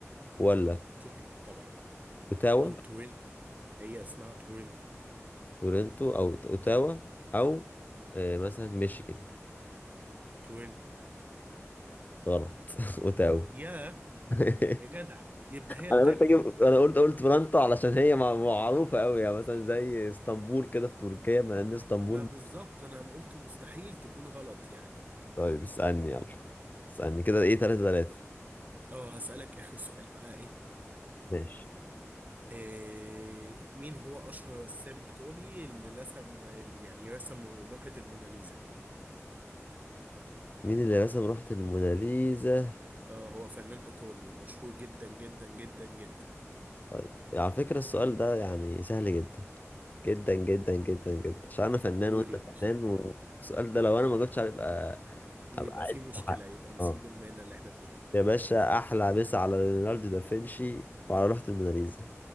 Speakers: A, on the left; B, on the right.
A: ولا
B: تورنتو طبعا
A: اوتاوا
B: او تورنتو هي اسمها تورنتو
A: تورنتو او اوتاوا او آه، مثلا ميشيغان
B: تورنتو
A: غلط <laughs> اوتاوا
B: يا
A: <laughs>
B: يا جدع يبقى هي
A: انا
B: التانية
A: قلت اجيب
B: دي
A: انا قلت قلت تورنتو علشان هي مع- معروفه قوي يعني مثلا زي اسطنبول كده في تركيا ما ان اسطنبول
B: ما بالظبط انا قلت مستحيل تكون غلط يعني
A: طيب اسالني يلا اسالني كده ايه 3 3
B: اه هسألك اخر سؤال بقى ايه
A: ماشي
B: إيه مين هو اشهر رسام ايطالي اللي رسم اللي يعني رسم لوحة الموناليزا
A: مين اللي رسم لوحة الموناليزا
B: آه هو فنان إيطالي ومشهور جدا جدا جدا جدا
A: طيب على فكرة السؤال ده يعني سهل جدا جدا جدا جدا جدا عشان انا فنان
B: قول
A: وانت
B: يا
A: فنان
B: باشا
A: والسؤال ده لو انا ما جبتش عليه يبقى
B: يبقى
A: ابقى عايش
B: في مشكلة
A: في حق
B: يبقى نسيب
A: اه
B: المهنة اللي احنا فيها
A: يا باشا احلى مسا على ليوناردو دافنشي وعلى لوحة الموناليزا